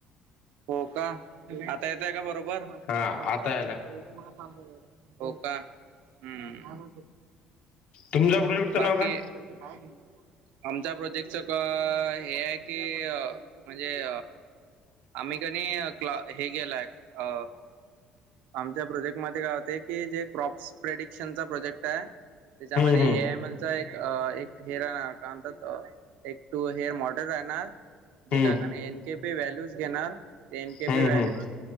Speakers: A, on the right (about 85°); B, on the left (about 65°).
A: हो का? आता येतय <unintelligible> का बरोबर? <unintelligible>
B: हा आता यायला
A: हो का हंम
B: तुमच्या प्रोजेक्टचं
A: बाकी
B: नाव काय
A: <unintelligible> आमच्या प्रोजेक्ट हे हाय की आम्ही कणी क्ला हे केेलाय अ आमच्या प्रोजेक्ट मध्ये काय होतय की जे क्रॉपस प्रेडिक्शनचा प्रोजेक्ट आहे त्याच्यामध्ये
B: हम्म
A: ए आय एक एक हेअर राहणार काय एक टू हेअर मॉडल राहणार ते जे
B: हम्म
A: काय एन के पी व्हॅल्यूज घेणार एन के
B: हम्म
A: पी व्हॅल्यू
B: हम्म